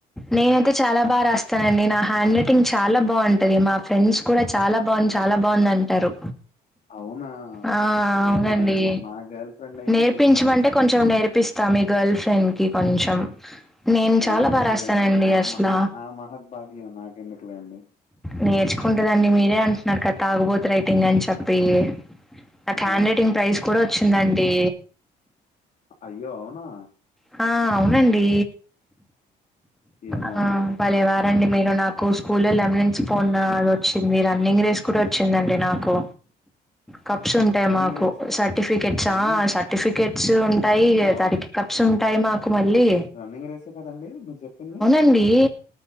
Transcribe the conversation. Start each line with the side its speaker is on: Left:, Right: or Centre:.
Centre: నేనైతే చాలా బా రా స్తానండి నా హ్యాండ్ రైటింగ్ చాలా బావుంటది మా ఫ్రెండ్స్ కూడా చాలా బావు చాలా బావుంది అంటారు
Left: అవునా
Centre: ఆ అవునండి
Left: ఏమో అండి మా గర్ల్ ఫ్రెండ్ అయితే
Centre: నేర్పించమంటే
Left: పిచ్చిగా రాసిద్దండి
Centre: కొంచం నేర్ ప్పిస్తా మీ గర్ల్ ఫ్రెండ్ కి కొంచెం నేను
Left: అయ్యో
Centre: చాలా బాగా
Left: వదులెండి
Centre: రాస్తానండి
Left: ఆ
Centre: అసలా
Left: మహా ఆ మహద్భాగ్యం నాకెందుకులేండి
Centre: నేర్చుకుంటదండి మీరే అంటున్నారు కదా తాగుబోతు రైటింగ్ అని చెప్పి నాక్ హ్యాండ్
Left: ఆ
Centre: రైటింగ్ ప్రైస్ కూడా వచ్చిందండి
Left: అయ్యో అవునా
Centre: హా అవునండి
Left: ఏమో
Centre: ఆ
Left: అండి
Centre: భలేవార్ దండి మీరు నాకు స్కూల్లో లెమనిన్స్ పోన్ వచ్చింది రన్నింగ్ రేస్ కూడా వచ్చిందండి నాకు కప్స్ ఉంటాయి
Left: రన్నింగ్
Centre: మాకు
Left: రేసా
Centre: సర్టిఫికెట్సా
Left: రన్నింగ్
Centre: సర్టిఫికెట్స్ ఉంటాయి
Left: వావ్
Centre: దడికి కప్స్ ఉంటాయి మాకు మళ్ళీ
Left: రన్నింగ్ రేసే కదండి మీరు చెప్పింది
Centre: ఇండి